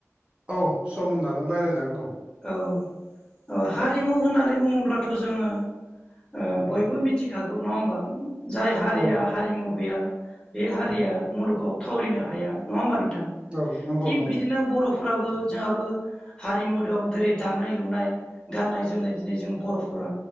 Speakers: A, on the right (about 20°); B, on the left (about 15°).
A: औ सम होनो हागोन रायलायजागोन औ।
B: औ औ हारिमु होननानै बुङोब्लाथ' जोङो ओ बयबो मिथिखागौ नङा होमबा? जाय हारिया
A: औ
B: हारिमु गैया बे हारिया मुलुगाव थावरिनो हाया नङा होमबा नों थां
A: औ नंगौ
B: थिग
A: नंगौ
B: बिदिनो बर' फोराबो जोंहाबो हारिमु दं देरै दानाय लुनाय गान्नाय जोमनाय। दिनै जों बर'फ्रा